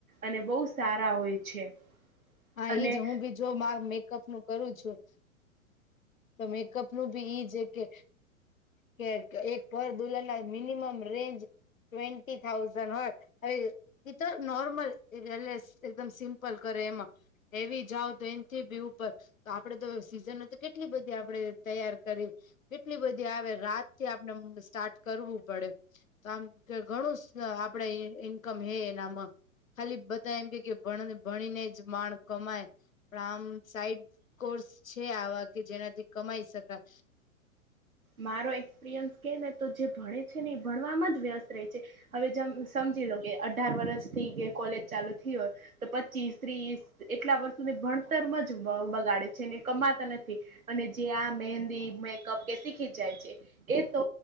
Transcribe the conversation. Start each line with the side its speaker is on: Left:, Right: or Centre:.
Right: અને બહુ સારા હોય છે.
Left: હા
Right: અને
Left: એ જ હું ભી જો માં મેકઅપ નું કરું છું. તો મેકઅપ નું ભી ઈજ એ કે કે એક પર દુલ્લા ના મિનિમમ રેન્જ ટ્વેન્ટી થાઉઝન્ડ હોત હવે એ તો નોર્મલ <unintelligible> એકદમ સિમ્પ કરે એમાં હેવી જાવ તો એન થી બી ઉપર તો આપડે તો સીઝન હોય તો કેટલી બધી આપણે તૈયાર કરી કેટલી બધી આવે રાતથી આપણે સ્ટાર્ટ કરવું પડે. તો આમ કે ઘણું આપડે ઈન્કમ હે એનામાં. ખાલી બધા એમ કે કે ભણ ભણીને જ માણ કમાય. પણ આમ સાઈડ કોર્સ છે, આવા કે જેનાથી કમાઈ શકાય.
Right: મારો એક્સપિરિયન્સ કે ને તો જે ભણે છે ને એ ભણવામાં જ વ્યસ્ત રહે છે. હવે એમ સમજી લો કે અઢાર વર્ષ થી એ કોલેજ ચાલુ થયું હે. તો પચીસ ત્રીસ એટલા વર્ષો ભણતરમાં જ બ બગાડે છે, ને કમાતા નથી. અને જે આ મહેંદી મેકઅપ કે શીખી જાય છે. એ તો